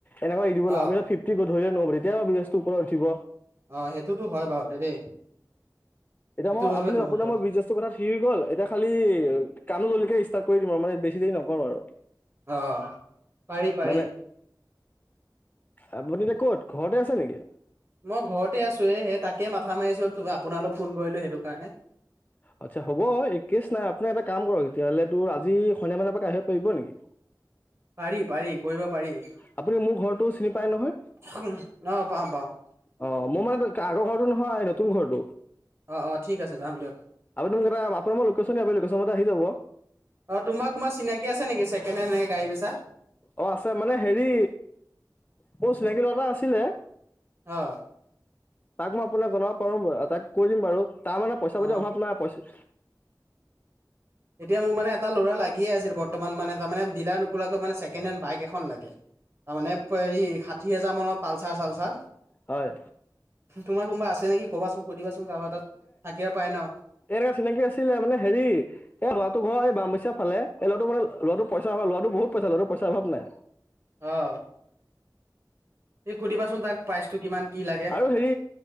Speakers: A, on the left; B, on the right.
A: এনেকুৱা এৰি দিব লাগিব
B: অ
A: আমি ফিফটি ধৰিলে নহ'ব তেতিয়া বিজনেচটো ওপৰত উঠিব।
B: অ সেইটোতো হয় বাৰু দেই।
A: এতিয়া
B: সেইটো
A: মই
B: নহলে
A: আপুনি
B: নহব
A: আপুনাক মই বিজনেচটো কথা ঠিক হৈ গ'ল এতিয়া খালি এ কামো যেনেকা কৰি দিম আৰু মানে বেছি দেৰি নকৰোঁ আৰু।
B: অ পাৰি পাৰি।
A: মানে আপুনি এতিয়া ক'ত ঘৰতে আছে নেকি?
B: মই ঘৰতে আছোঁ এ সেই তাকে মাথা মাৰিছোঁ আপোনালৈ ফোন কৰিলোঁ সেইটো কাৰণে।
A: আচ্ছা হ'ব একেছ নাই আপুনি এটা কাম কৰক তেতিয়াহ'লে তো আজি সন্ধিয়া মানৰ পৰা আহিব পাৰিব নেকি?
B: পাৰি পাৰি কৰিব পাৰি। চোহ
A: আপুনি মোৰ ঘৰটো চিনি পায় নহয়
B: অ পাৰম পাৰম।
A: অ মোৰ মানে আগৰ ঘৰটো নহয় নতুন ঘৰটো।
B: অঁ অঁ ঠিক আছে যাম দিয়ক।
A: আপুনি মোক এটা আপোনাৰ মই লোকেশ্যন দিম আপুনি লোকেশ্যনতে আহি যাব
B: অ তোমাৰ কোনোবা চিনাকি আছে নেকি ছেকেণ্ড হেণ্ড এনেকে গাড়ী বেচা?
A: অ আছে মানে হেৰি মোৰ চিনাকি লৰা এটা আছিলে।
B: অহ।
A: তাক মই আপোনাক জনাব পাৰোঁ। বাৰু তাক কৈ দিম বাৰু তাৰ মানে পইচা
B: অ
A: পাতি অভাৱ নাই পইচা
B: এতিয়া মোৰ মানে এটা ল'ৰা লাগিয়ে আছিল বৰ্তমান মানে। তাৰ মানে ডিলাৰ নোখোলাকৈ মানে ছেকেণ্ড হেণ্ড বাইক এখন লাগে। তাৰ মানে হেৰি ষাঠি হাজাৰ মানৰ পালচাৰ চালচাৰ।
A: হয়।
B: তোমাৰ কোনোবা আছে নেকি কবাচোন সুধিবাচোন কাৰোবা তাত থাকিব পাৰে ন।
A: এনেকুৱা চিনাকি আছিলে, মানে হেৰি এই লৰাটো ঘৰ এই বামবৈচা ফালে এই ল'ৰাটো মানে ল'ৰাটো পইচা‌ ল'ৰাটো বহুত পইচা ল'ৰাটো পইচাৰ অভাৱ নাই।
B: অহ। এনে সুধিবাচোন তাক প্ৰাইচটো কিমান। কি লাগে
A: আৰু হেৰি